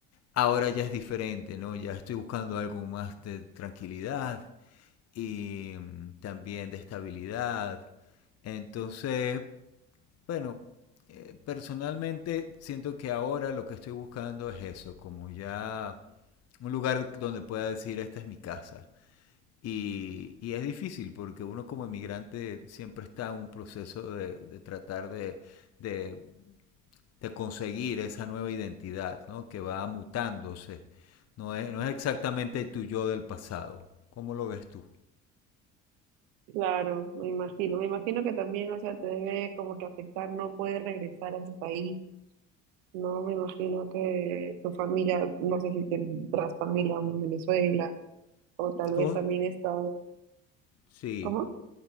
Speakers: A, on the left; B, on the right.
A: Ahora ya es diferente, ¿no? Ya estoy buscando algo más de tranquilidad y mm, también de estabilidad. Entonces, bueno, eh, personalmente siento que ahora lo que estoy buscando es eso, como ya un lugar donde pueda decir, esta es mi casa y, y es difícil porque uno como inmigrante siempre está en un proceso de, de tratar de, de, de conseguir esa nueva identidad, ¿no? Que va mutándose. No es, no es exactamente tu yo del pasado. ¿Cómo lo ves tú?
B: Claro, me imagino. Me imagino que también, o sea, te debe como que afectar, no puedes regresar a tu país, ¿no? Me imagino que tu familia, no sé si tendrás familia aún en Venezuela, o tal
A: Todos,
B: vez también está...
A: sí,
B: ¿Cómo?